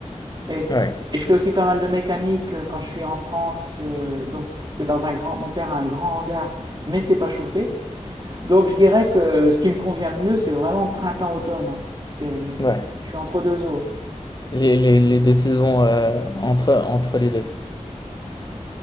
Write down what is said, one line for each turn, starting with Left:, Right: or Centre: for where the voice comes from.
Right: Et, s-
Left: Ouais,
Right: et je fais aussi pas mal de mécanique euh, quand je suis en France. euh, donc, c'est dans un grand... Mon père a un grand hangar, mais c'est pas chauffé. Donc, je dirais que ce qui me convient le mieux, c'est vraiment printemps-automne. hein. C'est...
Left: ouais.
Right: Je suis entre deux eaux.
Left: Les, les- les deux saisons euh, entre, entre les deux.